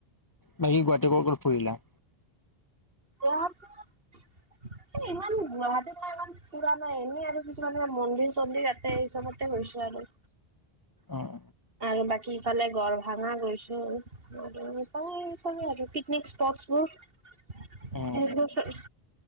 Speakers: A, on the left (about 30°); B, on the right (about 65°).
A: বাকি গুৱাহাটী কৰ ক'ত ফুৰিলা।
B: গুৱাহাটীত ইমান গুৱাহাটীৰ ইমান ফুৰা নাই এনেই আৰু কিছুমানে মন্দিৰ-চন্দিৰ এতে এই ওচৰতে গৈছে আৰু।
A: অহ।
B: আৰু বাকী ইফালে গড় ভাঙা গৈছোঁ আৰু চলোঁ আৰু পিকনিক স্প <unintelligible>
A: উম
B: এনেকেই
A: উম উম